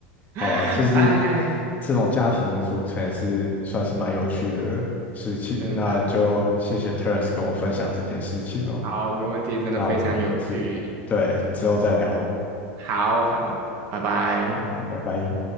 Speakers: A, on the left; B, on the right.
A: 好啦，
B: <laughs>
A: 就是
B: 哎，
A: 这种家庭的组成也是算是蛮有趣的事情。
B: 真的
A: 那就谢谢 Terence 跟我分享这件事情哦。
B: 好，没问题，真的非常有趣，
A: 那我们之对之后再聊
B: 好好，拜拜。
A: 啊，拜拜。